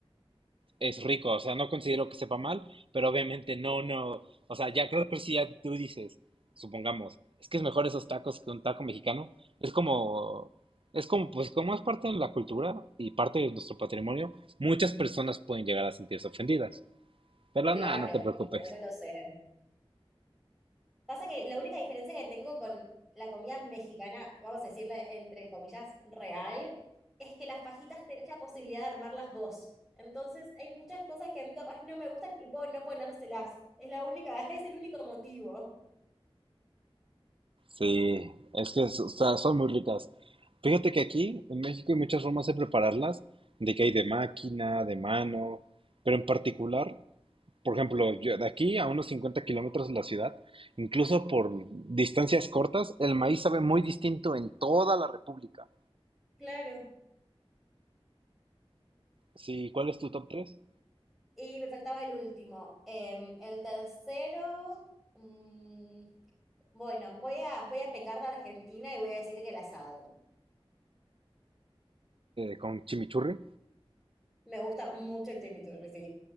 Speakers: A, on the right (about 60°); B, in the centre.
A: es rico, o sea, no considero que sepa mal, pero obviamente no, no, o sea, ya creo que si ya tú dices, supongamos, es que es mejor esos tacos que un taco mexicano, es como, es como, pues como es parte de la cultura y parte de nuestro patrimonio, muchas personas pueden llegar a sentirse ofendidas, pero
B: claro,
A: nada, no te preocupes.
B: obvio, yo lo sé. Pasa que la única diferencia que tengo con la comida mexicana, vamos a decirle entre comillas, real, es que las fajitas tenés la posibilidad de armarlas vos. Entonces, hay muchas cosas que a mí capaz no me gustan y puedo no ponérselas. Es la única, <laughs> es el único motivo.
A: Sí, es que es- o sea, son muy ricas. Fíjate que aquí en México hay muchas formas de prepararlas, de que hay de máquina, de mano, pero en particular Por ejemplo, yo de aquí a unos 50 kilómetros de la ciudad, incluso por distancias cortas, el maíz sabe muy distinto en toda la República.
B: Claro.
A: Sí, ¿cuál es tu top 3?
B: Y me faltaba el último. Em, el tercero. mm, bueno, voy a, voy a pecar de Argentina y voy a decir que el asado.
A: con chimichurri.
B: Me gusta mucho el chimichurri, sí.